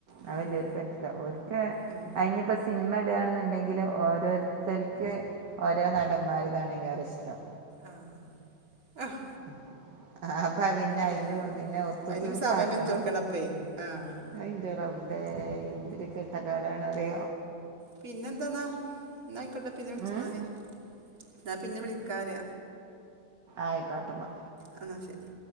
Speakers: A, on the right; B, on the right.
A: അത്
B: ഉം
A: വല്യോര്ക്കറ്റ്ല ഓര്ക്ക്‌
B: ഉം
A: അയ്ഞ് പ്പൊ സിനിമ ഇടുകയാണെന്നുണ്ടെങ്കിലും ഓരോരുത്തര്ക്ക് ഓരോ നടന്മാർതാണെ യ്ക്കാരം ഇഷ്ടം.
B: ആഹ് ആഹ്
A: <inaudible> ആ അപ്പ പിന്നെ
B: ഏഹ്
A: അയ്നും പിന്നെ ഒത്തു
B: അയിനും
A: തീർപ്പാക്കണം
B: സമയം വെച്ചൊടുക്കണപ്പേ ആഹ്
A: അയിന്റെ റബ്ബ് ബേ എന്തിരു ഘട്ട കാലണറി
B: പിന്നെ എന്താന്നാ എന്ന ആയിക്കോട്ടെ പിന്നെ വിളിച്ചന്നാല്
A: ഉം,
B: ന്നാ പിന്നെ വിളിക്കാറി
A: ആയിക്കോട്ടന്ന.
B: ആ ന്നാ ശരി.